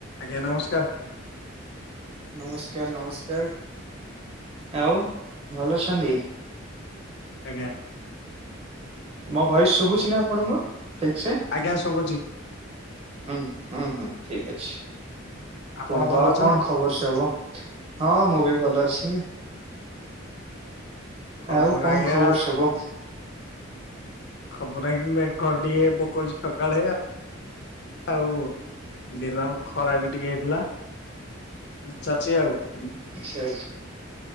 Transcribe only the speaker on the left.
ଆଜ୍ଞା ନମସ୍କାର୍।
ଆଜ୍ଞା।
ଆଜ୍ଞା ଶୁଭୁଚି।
ଆପଣ
ଭଲ
ଅଛନ୍ତି?
ଖବର
ଆଜ୍ଞା
ଖବର ଏଇ ମେଘ ଟିକେ ପକୋଉଚି ସକାଳିଆ। ଆଉ ଦିନ ଖରା ବି ଟିକେ ହେଇଥିଲା। ଅଁ, ଚାଲିଚି ଆଉ, <inaudible>